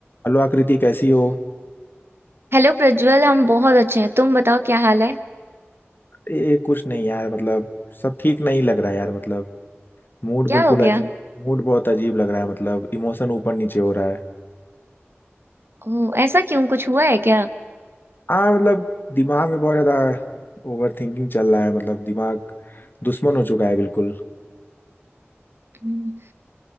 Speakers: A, on the left; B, on the right.
A: Hello Aakriti कैसी हो
B: Hello Prajwal हम बहुत अच्छे हैं तुम बताओ क्या हाल है
A: ये कुछ नहीं यार मतलब सब ठीक नहीं लग रहा है यार मतलब मूड
B: क्या
A: बिल्कुल
B: हो गया
A: अजीब मूड बहुत अजीब लग रहा है मतलब इमोशन ऊपर नीचे हो रहा है
B: ओ ऐसा क्यों कुछ हुआ है क्या
A: हाँ मतलब दिमाग में बहुत ज्यादा ओवर थिंकिंग चल रहा है मतलब दिमाग दुश्मन हो चुका है बिल्कुल
B: हम्म,